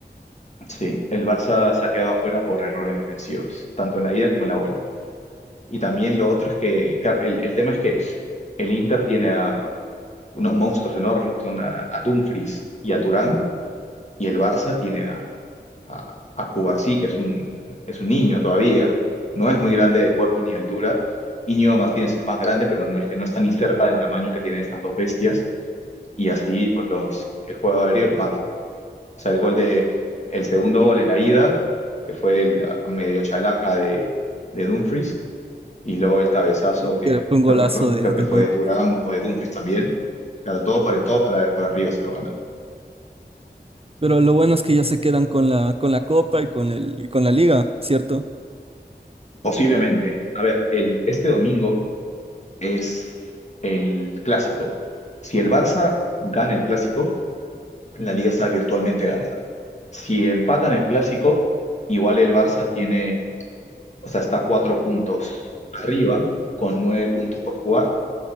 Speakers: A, on the left (about 40°); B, on the right (about 35°).
A: Sí, el Barça se ha quedado afuera por errores defensivos, tanto en la ida como en la vuelta. Y también lo otro es que, claro, el, el tema es que el Inter tiene a unos monstruos enormes que son a, a Dumfries y a Turán, y el Barça tiene a, a, a Cubarsí, que es un, es un niño todavía, no es muy grande de cuerpo ni de altura. Íñigo Martínez es más grande, pero no es que no está ni cerca del tamaño que tienen estas dos bestias, y así pues los, el juego aéreo lo mata. O sea, el gol de, el segundo gol en la ida, que fue la medio chalaca de, de Dumfries, y luego el cabezazo
B: Sí,
A: que
B: que fue un
A: creo
B: golazo
A: que,
B: de,
A: creo que
B: de
A: fue
B: Dumfries.
A: de Thuram o de Dumfries también. Claro, todo por el todo para, para arriba se lo ganan.
B: Pero lo bueno es que ya se quedan con la, con la Copa y con el, y con la Liga, ¿cierto?
A: Posiblemente. A ver, el, este domingo es el clásico. Si el Barça gana el clásico, la liga está virtualmente ganada. Si empatan el clásico, igual el Barça tiene, o sea, está cuatro puntos arriba, con nueve puntos por jugar,